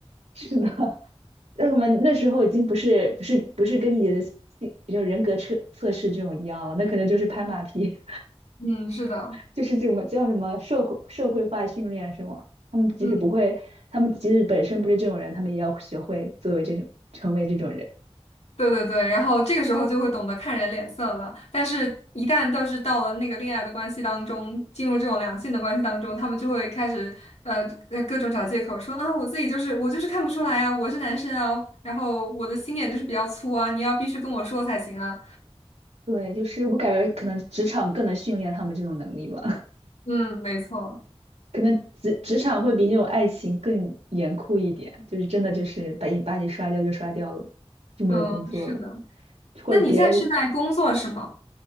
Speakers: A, on the right; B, on the left.
A: 是的，<laughs> 那我们那时候已经不是不是不是跟你的性就人格测测试这种一样了，那可能就是拍马屁。
B: 嗯，是的，
A: 就是这么叫什么社会社会化训练是吗？他们即使不会，
B: 嗯。
A: 他们即使本身不是这种人，他们也要学会作为这种成为这种人。
B: 对对对，然后这个时候就会懂得看人脸色了。但是，一旦倒是到了那个恋爱的关系当中，进入这种良性的关系当中，他们就会开始呃呃各种找借口说啊，我自己就是我就是看不出来啊，我是男生啊，然后我的心眼就是比较粗啊，你要必须跟我说才行啊。
A: 对，就是我感觉可能职场更能训练他们这种能力吧，
B: 嗯，没错，
A: <laughs> 可能职职场会比那种爱情更严酷一点，就是真的就是把你把你刷掉就刷掉了，就没有工作了，
B: 嗯，是的。
A: 或者别人
B: 那你现在是在工作是吗？